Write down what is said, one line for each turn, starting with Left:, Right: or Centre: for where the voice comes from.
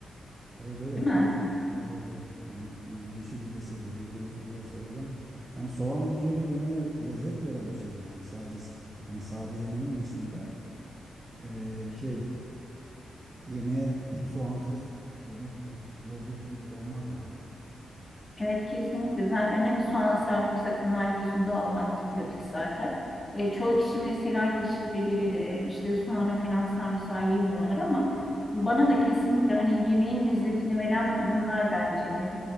Right: Evet evet
Left: Değil mi?
Right: ben evet evet ben yani yeşili de severim, kurusunu da severim. Yani soğan bir kere yemeğe lezzet veren bir şey yani sadece s- yani sade yemenin dışında e, şey Yemeğe <clears throat> soğansız yemek hiç lezzetli olmaz yani.
Left: Evet kesinlikle. Zaten hani soğan, sarımsak bunlar biliyorsun doğal antibiyotik zaten. E, çoğu kişi mesela yeşil biberi de e, işte soğanı falan sarımsağı yemiyorlar ama bana da kesinlikle hani yemeğin lezzetini veren bunlar bence de.